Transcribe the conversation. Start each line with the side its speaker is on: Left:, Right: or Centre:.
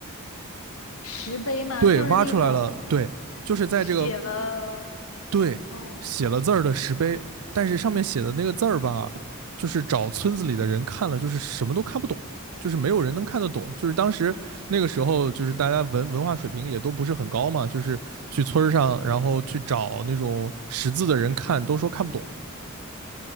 Left: 石碑嘛，
Right: 对，
Left: 就是那种
Right: 挖出来了，对，就是在这个
Left: 写了，
Right: 对，
Left: 哦，
Right: 写了字儿的石碑，但是上面写的那个字儿吧，就是找村子里的人看了，就是什么都看不懂，就是没有人能看得懂。就是当时那个时候，就是大家文文化水平也都不是很高嘛，就是去村儿上，然后去找那种识字的人看，都说看不懂。